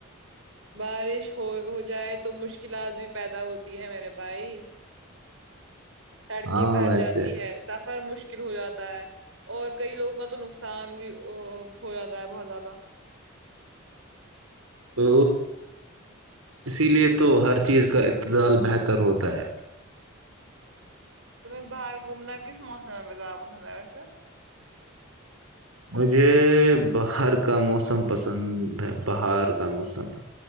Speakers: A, on the right; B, on the right.
A: بارش ہو ہو جائے تو مشکلات بھی پیدا ہوتی ہے میرے بھائی سڑکیں
B: ہاں
A: بھر
B: ویسے
A: جاتی ہے سفر مشکل ہو جاتا ہے اور کئی لوگوں کا تو نقصان بھی ہو جاتا ہے بہت زیادہ
B: ا اسی لیے تو ہر چیز کا اتدال بہتر ہوتا ہے
A: تمہیں باہر گھومنا کس موسم میں زیادہ پسند ہے ویسے
B: مجھے باہر کا موسم پسند ہے باہر کا موسم